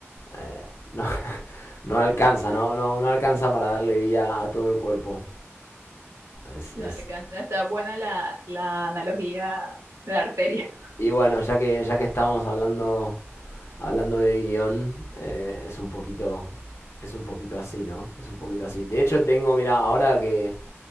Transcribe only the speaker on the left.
Eh, no, <laughs> no alcanza, no, no, no alcanza para darle vida a todo el cuerpo. Es,
es-
Y bueno, ya que, ya que estamos hablando hablando de guión, eh, es un poquito, es un poquito así, ¿no? Es un poquito así. De hecho, tengo, mira, ahora que